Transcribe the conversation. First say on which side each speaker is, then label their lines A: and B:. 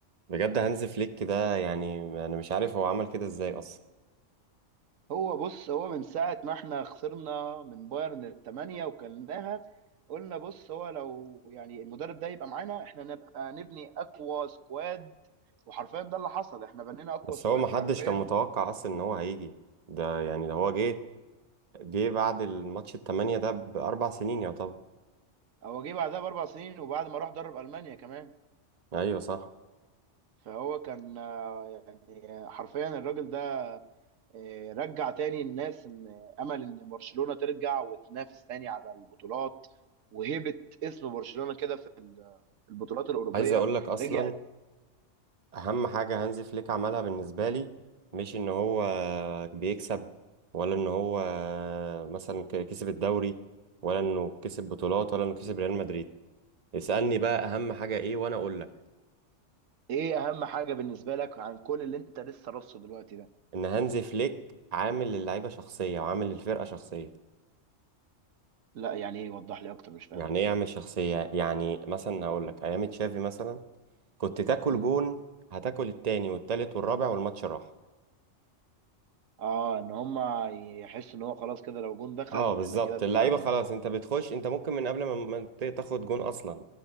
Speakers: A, on the right (about 35°); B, on the right (about 90°).
A: بجد هانز فليك ده يعني انا مش عارف هو عمل كده ازاي اصلا
B: هو بص هو من ساعة ما احنا خسرنا من بايرن الثمانية وكلناها قلنا بص هو لو يعني المدرب ده يبقى معانا احنا نبقى نبني اقوى سكواد وحرفيا ده اللي حصل احنا بنينا اقوى
A: بس
B: سكواد
A: هو محدش
B: حرفيا
A: كان متوقع اصلا ان هو هيجي ده يعني ده هو جه جه بعد الماتش التمانية ده باربع سنين يا طب
B: هو جه بعدها باربع سنين وبعد ما راح درب المانيا كمان
A: ايوه صح
B: فهو كان آه، يعني آه، حرفيا الراجل ده آه، رجع تاني الناس ان امل ان برشلونة ترجع وتنافس تاني على البطولات وهيبة اسم برشلونة كده في ال- في البطولات الأوروبية
A: عايز اقول لك اصلا
B: رجعت
A: اهم حاجه هانز فليك عملها بالنسبه لي مش ان هو بيكسب ولا ان هو مثلا ك- كسب الدوري ولا انه كسب بطولات ولا انه كسب ريال مدريد اسالني بقى اهم حاجه ايه وانا اقول لك
B: ايه اهم حاجة بالنسبة لك عن كل اللي انت لسه رصه دلوقتي ده
A: ان هانز فليك عامل للعيبه شخصيه وعامل للفرقه شخصيه
B: لا يعني ايه وضح لي اكتر مش فاهم
A: يعني ايه يعمل شخصيه يعني مثلا هقول لك ايام تشافي مثلا كنت تاكل
B: مم.
A: جون هتاكل التاني والتالت والرابع والماتش راح
B: اه ان هما يحسوا ان هو خلاص كده لو جون دخل
A: اه بالظبط
B: احنا كده اتهزمنا
A: اللعيبه خلاص انت بتخش انت ممكن من قبل ما ما ت- تاخد جون اصلا